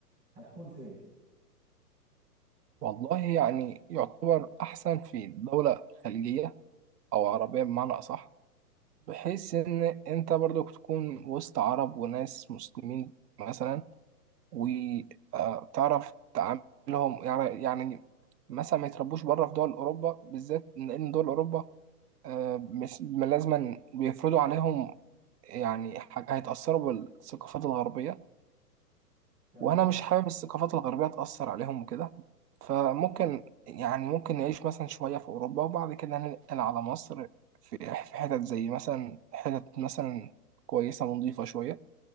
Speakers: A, on the right (about 25°); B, on the right (about 75°).
A: هتكون فين؟
B: والله يعني يعتبر أحسن في دولة خليجية أو عربية بمعنى أصح بحيث ان انت برضو تكون وسط عرب وناس مسلمين مثلا وتعرف تعاملهم يعني يعني مثلا ما يتربوش بره في دول اوروبا بالذات لان دول اوروبا آه، مش لازما بيفرضوا عليهم يعني حاجة هيتأثروا بالثقافات الغربية
A: تمام.
B: وانا مش حابب الثقافات الغربيه تاثر عليهم وكده فممكن يعني ممكن نعيش مثلا شويه في اوروبا وبعد كده ننقل على مصر في في حتت زي مثلا حتت مثلا كويسه ونضيفه شويه